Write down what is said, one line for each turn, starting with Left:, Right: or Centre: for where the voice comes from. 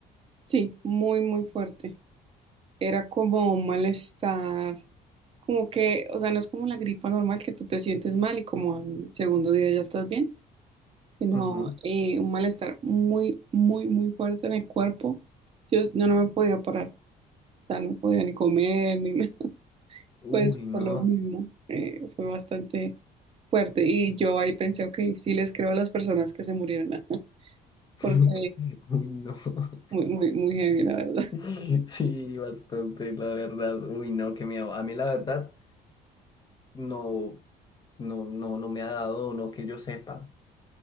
Right: Sí, muy, muy fuerte. Era como un malestar, como que, o sea, no es como la gripa normal que tú te sientes mal y como al segundo día ya estás bien sino
Left: Ujú.
Right: eh, un malestar muy, muy, muy fuerte en el cuerpo. Yo, yo no me podía parar, o sea, no podía ni comer, ni nada, <laughs> pues
Left: Uy, no.
Right: por lo mismo, eh, fue bastante fuerte. Y yo ahí pensé, ok, sí les creo a las personas que se murieron, <laughs> ajá,
Left: <laughs>
Right: porque
Left: Uy, no. <laughs>
Right: muy, muy, muy heavy, la verdad. <laughs>
Left: <laughs> Sí, bastante, la verdad. Uy, no, qué miedo. A mí la verdad no, no, no, no me ha dado, no que yo sepa.